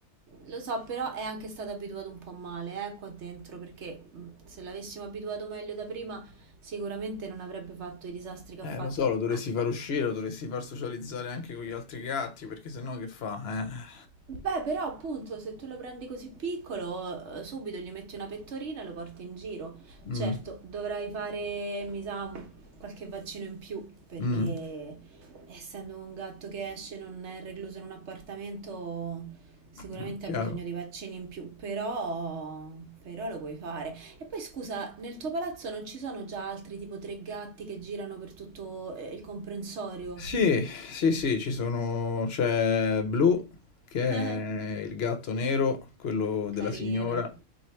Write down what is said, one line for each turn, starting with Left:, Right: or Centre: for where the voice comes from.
Right: Lo so, però è anche stato abituato un po' male, eh, qua dentro, perché mh, se l'avessimo abituato meglio da prima, sicuramente non avrebbe fatto i disastri che
Left: Eh,
Right: ha fatto,
Left: lo so, lo dovresti far uscire, lo dovresti far socializzare anche con gli altri gatti, perché sennò che fa?
Right: Beh, però appunto se tu lo prendi così piccolo, eh, subito gli metti una pettorina e lo porti in giro.
Left: Eh?
Right: Certo,
Left: Mm,
Right: dovrai fare, mi sa, un- qualche vaccino in più, perché
Left: mm,
Right: essendo un gatto che esce, non è recluso in un appartamento, sicuramente
Left: mm, chiaro.
Right: ha bisogno di vaccini in più, però, però lo puoi fare. E poi scusa, nel tuo palazzo non ci sono già altri tipo tre gatti che girano per tutto eh, il comprensorio?
Left: Sì, sì, sì, ci sono c'è Blue, che
Right: <laughs>
Left: è il gatto nero, quello della
Right: Carino.
Left: signora.